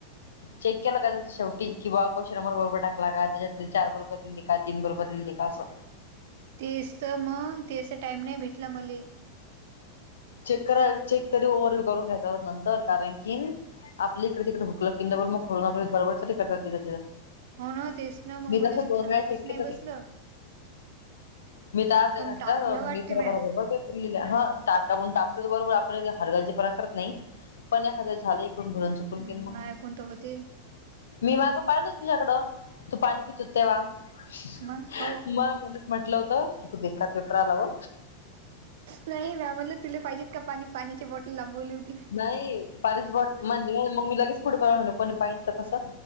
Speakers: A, on the left; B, on the right.
A: चेक केलं का जसं शेवटी? की बा क्वशन नंबर बरोबर टाकला का? त्याच्यातले चार बरोबर लिहिले. का तीन बरोबर लिहिलेले का असं.
B: तेच तर मंग. तेच त टाइम नाही भेटला मले.
A: चेक करा, चेक तरी ओव्हर व्यू करून घ्यायचा हो नंतर. कारण की- आपल इकडे तिकडे हुकलं कि डबल मग खोडून आपल बरोबर तरी करता येत तिथंल्या तिथं.
B: हो ना. तेच ना म.
A: मी
B: मला
A: तसं
B: अस
A: दोन
B: ध्यानातच
A: वेळा चेक
B: नाही
A: केलं
B: बसलं.
A: ते मी तर अर्धा
B: पण
A: घंटा,
B: टाकलं
A: मी
B: वाटते
A: भरभरा
B: म्या
A: भरा पेपर लिहिला. हां. टाक - ण टाचेल बरोबर. आपणइथे हलगर्जी पणा करत नाही. पण एखाद वेळेस झाले- कून <unintelligible>
B: हम्म
A: मग
B: नाही ऐकून तर होते
A: मी माग पाहिल होत तुझ्याकडं. तू पाणी पित होती तेव्हा. म
B: मग हो
A: मनात म्हंटलं होत. किती बेकार पेपर आलाव.
B: नाही मॅम बोलल्या तुला पाहिजे का पाणी? पाण्याची बॉटल लांबवली होती मी.
A: नाही. पाण्याची बॉट, म मंग मी लगेच- पुढं पहावं म्हटलं. कुणी पाहिल तर कसं?